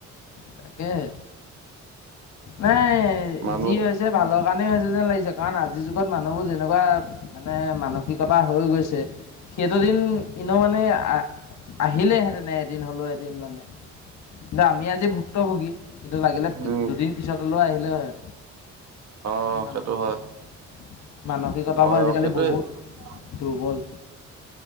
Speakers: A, on the left (about 70°); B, on the right (about 60°).
A: তাকেহে। নাই
B: মানুহ
A: যি হৈছে ভালৰ কাৰণেই হৈছে যেন লাগিছে কাৰণ আজিৰ যুগত মানুহবোৰ যেনেকুৱা মানে মানসিকতা হৈ গৈছে সেইটো দিন ইনেও মানে আহ আহিলেহেতেনে। এদিন হলেও এদিন মানে কিন্তু আমি আজি ভুক্ত ভোগী কিন্তু লাগিলে
B: উম,
A: দুদিন পিছত হ'লেও আহিলে হয়।
B: অ
A: কাৰণ মানুহৰ
B: 'সেইটো হয়।
A: মানসিকতাবোৰ
B: হয়
A: আজিকালি
B: অ', সেইটোৱেই।
A: বহুত দুৰ্বল।